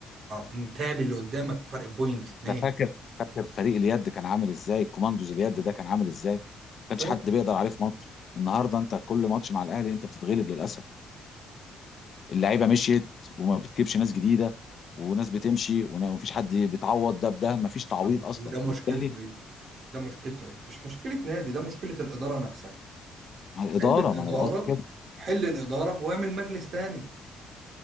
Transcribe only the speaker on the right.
متعب اللي قدامك فرق بوينت اتنين
فاك
طب وده
مشكلته
ايه ده مشكلته ايه مش مشكله نادي ده مشكله الاداره نفسها
حل الاداره
حل الاداره واعمل مجلس تاني